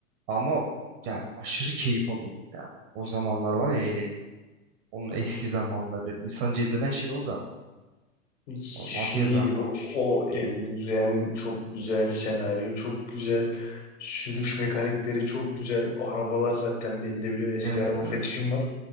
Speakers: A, on the right (about 20°); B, on the left (about 55°).
A: Ama yani aşırı keyif alıyordum ya. O zamanlar var ya hele hele. Onun eski zamanları. İnsanı cezbeden şey o zaten.
B: Şey
A: O mafya zamanı.
B: o, o evren çok güzel, senaryo çok güzel, sürüş mekanikleri çok güzel, arabalar zaten beni de biliyorsun eski
A: Evet
B: araba fetişim
A: evet.
B: var.